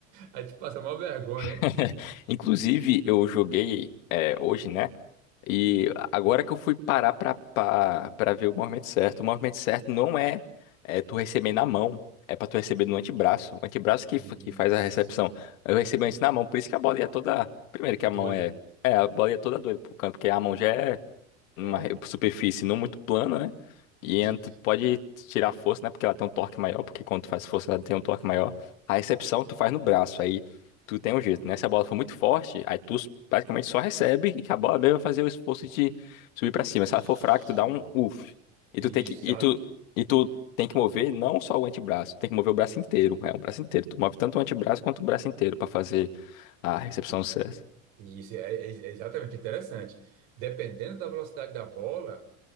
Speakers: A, on the right; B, on the left.
A: Aí te passa uma vergonha.
B: <laughs>
A: né?
B: Inclusive, eu joguei é, hoje, né? E agora que eu fui parar pra, pra, pra ver o movimento certo, o movimento certo não é, é tu receber na mão, é pra tu receber no antebraço. O antebraço que,
A: Isso,
B: fa- que faz a recepção. Eu recebo
A: isso.
B: antes na mão, por isso que a bola ia toda. Primeiro que
A: Doida.
B: a mão é. É, a bola ia toda doida pro canto, porque a mão já é uma
A: É,
B: re- superfície não muito plana, né? E
A: isso.
B: ent- pode tirar força, né? Porque ela tem um torque maior, porque quando tu faz força ela tem um torque maior. A recepção tu faz no braço, aí tu tem um jeito, né? Se a bola for muito forte, aí tu s- praticamente só recebe e que a bola mesmo vai fazer o esforço de subir pra cima.
A: Justo.
B: Se ela for fraca, tu dá um uff. E
A: Isso,
B: tu tem que e
A: já,
B: tu e tu tem que mover não só o antebraço, tem que mover o braço inteiro, é o braço inteiro. Tu move tanto o antebraço quanto o braço inteiro pra fazer a recepção certa.
A: isso, é, é- é exatamente interessante. Dependendo da velocidade da bola.